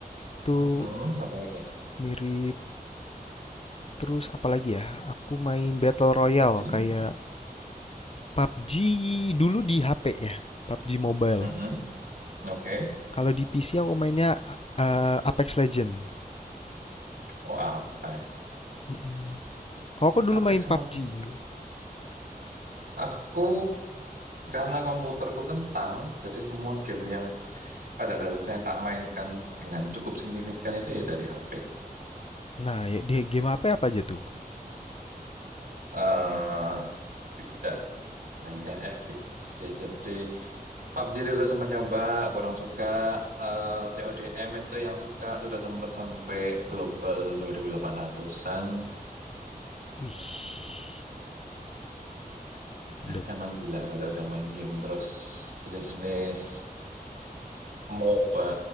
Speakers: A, on the left (about 40°); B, on the right (about 85°).
A: Itu
B: Mm-mm, apa lagi?
A: mirip terus apalagi ya? Aku main Battle Royale
B: PUBG.
A: kayak PUBG dulu di HP ya. PUBG Mobile.
B: Mm-mm, Oke.
A: Kalau di PC aku mainnya eh, Apex Legends.
B: Oh, Apex.
A: Mm-mm. Kalau aku dulu
B: Apex
A: main PUBG.
B: sama
A: juga.
B: aku. Karena komputerku kentang, jadi semua game yang pada dasarnya tak mainkan dengan cukup signifikan itu ya dari HP.
A: Nah, ya, di game apa apa aja tuh?
B: eh tidak hanya FPS sih. Jadi PUBG dulu sempat nyoba, kurang suka. eh CODM itu yang suka, sudah sempat sampai global 2800-an.
A: Wih, udah
B: Emang gila kalau udah main game. Terus jenis-jenis MOBA,